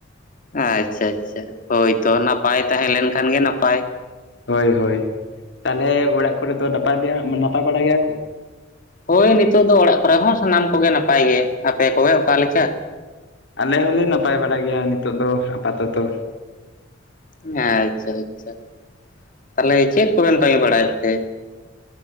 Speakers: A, on the left; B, on the left.
A: ᱟᱪᱪᱷᱟ ᱟᱪᱪᱷᱟ ᱦᱳᱭᱛᱚ ᱱᱟᱯᱟᱭ ᱛᱟᱦᱮᱸ ᱞᱮᱱ ᱠᱷᱟᱱ ᱜᱮ ᱱᱟᱯᱟᱭ᱾
B: ᱦᱳᱭ ᱦᱳᱭ ᱛᱟᱦᱚᱞᱮ ᱚᱲᱟᱜ ᱠᱚᱨᱮ ᱫᱚ ᱱᱟᱯᱟᱭ ᱜᱮᱭᱟ ᱱᱟᱯᱟᱭ ᱵᱟᱲᱟ ᱜᱮᱭᱟ ᱠᱚ,
A: ᱦᱳᱭ ᱱᱤᱛᱚᱜ ᱫᱚ ᱚᱲᱟᱜ ᱠᱚᱨᱮ ᱦᱚᱸ ᱥᱟᱱᱟᱢ ᱠᱚᱜᱮ ᱱᱟᱯᱟᱭ ᱜᱮ᱾ ᱟᱯᱮ ᱠᱚᱜᱮ ᱚᱠᱟ ᱞᱮᱠᱟ?
B: ᱟᱞᱮ ᱦᱚᱸᱞᱮ ᱱᱟᱯᱟᱭ ᱵᱟᱰᱟ ᱜᱮᱭᱟ ᱱᱤᱛᱚᱜ ᱫᱚ ᱟᱯᱟᱛᱚᱛᱚ᱾
A: ᱮᱸ ᱟᱪᱪᱷᱟ ᱟᱪᱪᱷᱟ ᱛᱟᱞᱮ ᱪᱮᱫ ᱠᱚᱵᱮᱱ ᱠᱟᱹᱢᱤ ᱵᱟᱲᱟᱭᱮᱫ ᱛᱮ?